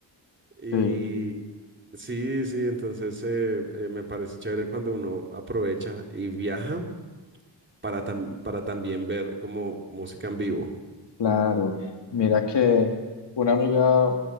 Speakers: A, on the right; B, on the left.
A: Y
B: sí.
A: sí, sí, entonces eh, eh, me parece chévere cuando uno aprovecha y viaja para, tam- para también ver como música en vivo.
B: Claro, mira que una amiga